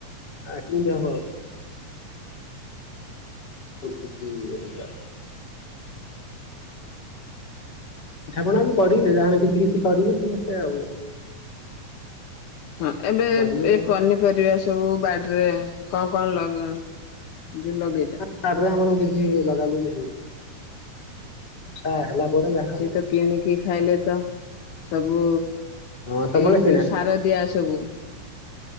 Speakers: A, on the left; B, on the left.
A: ଆ କେମତି ହବ ଆଉ ସବୁ କିିଛି ହେଇଟା ପିଠା ପଣା ବି କରିବେ ଯାହାଲେ କିଛି କିଛି କରିବେ ସମସ୍ତେ ଆଉ।
B: ହଁ ଏବେ
A: କରିବେ
B: ଏ
A: ଆଉ
B: ପନିପରିବା ସବୁ ବାଡିରେ କଣ କଣ ଲଗେଇ ଯୋଉ ଲଗେଇଚ?
A: ବା ବାଡି ରେ ଆମର କି ଛି ଲଗା ଲଗି ହେଇନି। ବର୍ଷା ହେଲା
B: ହୁଁ
A: ପରେ ଯାହା ହବ
B: ସେଏ ତ କିଣିକି ଖାଇଲେ ତ ସବୁ
A: ହଁ ସବୁବେଳେ
B: ଏଇ ଯୋଉ
A: କିଣା
B: ସାରଦିଆ ଜି ସବୁ